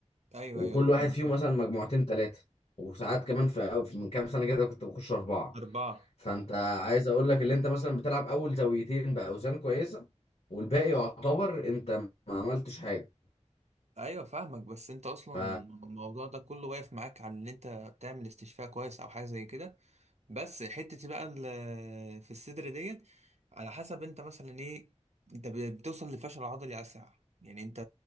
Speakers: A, on the right (about 65°); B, on the left (about 60°).
A: ايوه
B: وكل
A: ايوه كان
B: واحد فيهم
A: فاهم.
B: مثلا مجموعتين ثلاثة وساعات كمان في أو في- من كام سنة كده كنت بخش أربعة
A: اربعه
B: فأنت عايز أقول لك اللي أنت مثلا بتلعب أول زاويتين بأوزان كويسة والباقي يعتبر أنت ما عملتش حاجة
A: ايوه فاهمك بس انت اصلا
B: ف
A: الموضوع ده كله واقف معاك على ان انت بتعمل استشفاء كويس او حاجه زي كده بس حتة بقى ال- في الصدر ديت على حسب انت مثلا ايه انت ب- بتوصل للفشل العضلي اسرع يعني انت